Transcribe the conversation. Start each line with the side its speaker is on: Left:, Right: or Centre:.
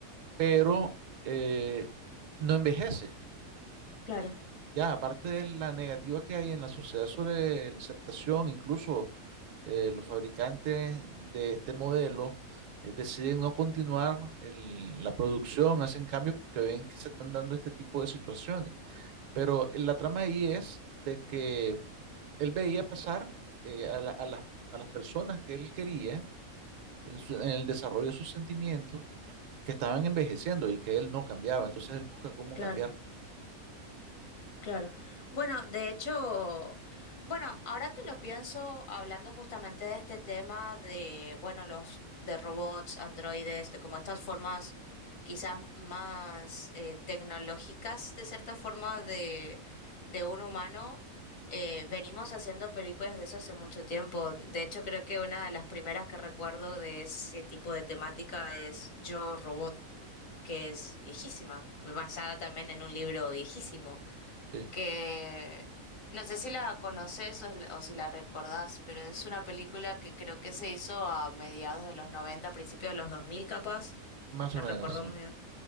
Right: pero eh, no envejece.
Left: claro,
Right: Ya, aparte de la negativa que hay en la sociedad sobre la aceptación, incluso eh, los fabricantes de este modelo eh, deciden no continuar el- la producción, hacen cambios porque ven que se están dando este tipo de situaciones. Pero eh, la trama ahí es de que él veía pasar eh, a la- a las, a las personas que él quería en, su- en el desarrollo de sus sentimientos que estaban envejeciendo y que él no cambiaba. Entonces él busca cómo
Left: claro.
Right: cambiar.
Left: Claro. Bueno, de hecho, bueno, ahora que lo pienso, hablando justamente de este tema de, bueno, los de robots, androides, de como estas formas quizás más eh, tecnológicas, de cierta forma, de, de un humano, eh, venimos haciendo películas de eso hace mucho tiempo. De hecho, creo que una de las primeras que recuerdo de ese tipo de temática es Yo, Robot, que es viejísima, basada también en un libro viejísimo
Right: Sí,
Left: que no sé si la conoces o, o si la recordás, pero es una película que creo que se hizo a mediados de los noventa principios de los 2000 capaz,
Right: más
Left: la
Right: o menos,
Left: recuerdo
Right: sí.
Left: muy bien,